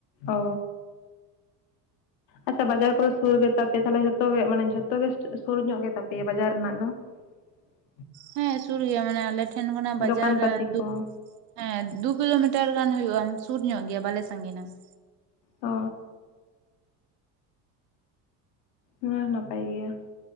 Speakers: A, on the left (about 80°); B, on the right (about 75°).
A: ᱚ ᱟᱪᱪᱷᱟ ᱵᱟᱡᱟᱨ ᱠᱚᱫᱚ ᱥᱩᱨ ᱜᱮᱛᱟ ᱯᱮᱭᱟ ᱛᱟᱦᱚᱞᱮ ᱡᱷᱚᱛᱚ ᱜᱮ, ᱢᱟᱱᱮ ᱡᱷᱚᱛᱚ ᱜᱮ, ᱥᱩᱨ ᱧᱚᱜ ᱜᱮᱛᱟ ᱯᱮᱭᱟ ᱵᱟᱡᱟᱨ ᱨᱮᱱᱟᱜ ᱫᱚ ᱾ <inaudible>
B: ᱦᱮᱸ ᱥᱩᱨ ᱜᱮᱭᱟ ᱢᱟᱱᱮ ᱟᱞᱮ ᱴᱷᱮᱱ ᱠᱷᱚᱱᱟᱜ
A: ᱫᱚᱠᱟᱱ
B: ᱵᱟᱡᱟᱨ
A: ᱯᱟᱹᱛᱤ ᱠᱚ
B: ᱫᱩ ᱦᱮᱸ ᱫᱩ ᱠᱤᱞᱳᱢᱤᱴᱟᱨ ᱜᱟᱱ ᱦᱩᱭᱩᱜᱼᱟ᱾ ᱥᱩᱨ ᱧᱚᱜ ᱜᱮᱭᱟ ᱵᱟᱞᱮ ᱥᱟᱺᱜᱤᱱᱟ ᱾
A: ᱚ ᱚᱱᱟ ᱦᱚᱸ ᱱᱟᱯᱟᱭ ᱜᱮᱭᱟ᱾